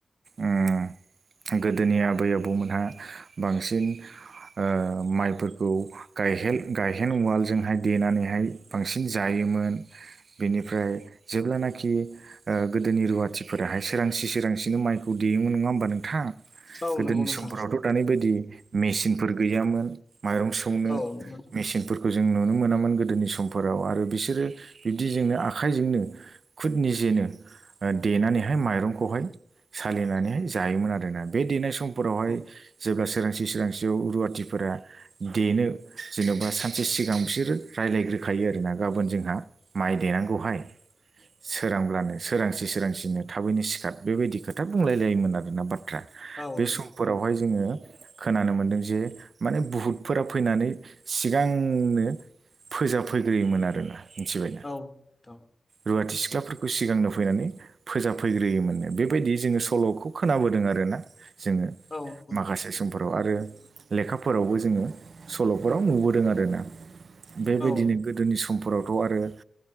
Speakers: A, on the right; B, on the left.
A: उम गोदोनि आबै आबौमोनहा बांसिन ओ माइफोरखौ गायहेन गायहेन उवालजोंहाय देनानैहाय बांसिन जायो योमोन। बेनिफ्राय जेब्लानाखि ओ गोदोनि रुवाथिफोराहाय सोरांसि सोरांसिनो माइखौ दि योमोन नङा होमबा नोंथां।
B: औ
A: गोदोनि
B: नंगौ नोंथां
A: समफोरावथ' दानि बायदि मेचिनफोर गैयामोन। माइरं सौनो
B: औ नंगौ
A: मेचिनफोरखौ जों नुनो मोनामोन गोदोनि समफोराव आरो बिसोरो बिब्दिजोंनो आखाइजोंनो खुद निजेनो ओ देनानैहाय माइरंखौहाय सालिनानैहाय जायोमोन आरोना बे देनाय समफोरावहाय
B: नोंथां
A: जेब्ला सोरांसि सोरांसियाव रुवाथिफोरा देनो जेन'बा सानसे सिगां बिसोरो रायज्लायग्रो खायो आरोना गाबोन जोंहा माइ देनांगौहाय सोरांब्लानो सोरांसि सोरांसिनो थाबैनो सिखार बेबायदि खोथा बुंलायलायोमोन आरोना बाथ
B: औ
A: <unintelligible> बे
B: नंगौ
A: समफोरावहाय
B: नोंथां
A: जोङो खोनानो मोनदों जे माने बुहुतफोरा फैनानै सिगांनो फोजाफैग्रोयोमोन आरोना मिथिबायना
B: औ <unintelligible>
A: रुवाथि सिख्लाफोरखौ सिगांनो फैनानै फोजाफैग्रोयोमोननो बेबायदि जोङो सल'खौ खोनाबोदों आरोना। जोङो
B: औ नंगौ नोंथां
A: माखासे समफोराव आरो लेखाफोरावबो जोङो सल'फोराव नुबोदों आरोना। बेबायदिनो
B: औ
A: गोदोनि समफोरावथ' आरो ओ